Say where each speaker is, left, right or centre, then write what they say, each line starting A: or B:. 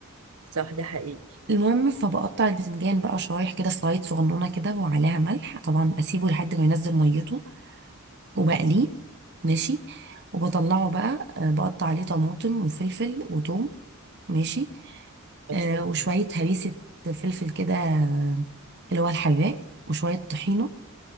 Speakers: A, on the right; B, on the right.
A: صح ده حقيقي
B: المهم فبقطع البتنجان بقى شرايح كده سلايد صغنونه كده وعليها ملح طبعا اسيبه لحد ما ينزل ميته وبقليه
A: تمام
B: ماشي وبطلعه بقى آه، بقطع عليه طماطم وفلفل وثوم ماشي
A: اوكي
B: آه وشويه هريسه فلفل كده آه، اللي هو الحراق وشويه طحينه